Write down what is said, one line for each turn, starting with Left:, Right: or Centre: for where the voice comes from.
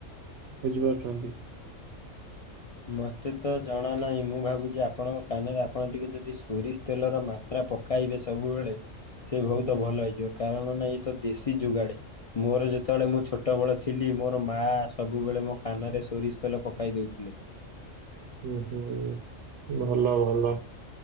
Right: ବୁଝି ପାରୁଚନ୍ତି।
Left: ମତେ ତ ଜଣା ନାହିଁ ମୁଁ ଭାବୁଛି ଆପଣଙ୍କ କାନରେ ଆପଣ ଟିକେ ଯଦି ସୋରିସ୍ ତେଲର ମାତ୍ରା ପକାଇବେ ସବୁବେଳେ ସେ ବୋହୁତ
Right: ହୁଁ
Left: ଭଲ ହେଇଯିବ। କାରଣ ନାଁ ତ ଦେଶୀ ଯୁଗାଡ୍ ମୋର ଯେତେବେଳେ ମୁଁ ଛୋଟବେଳେ ଥିଲି ମୋର ମା ସବୁବେଳେ ମୋ କାନ ରେ ସୋରିଷ୍ ତେଲ ପକାଇ ଦେଉଥିଲେ।
Right: ହୁଁ ହୁଁ ଭଲ ଭଲ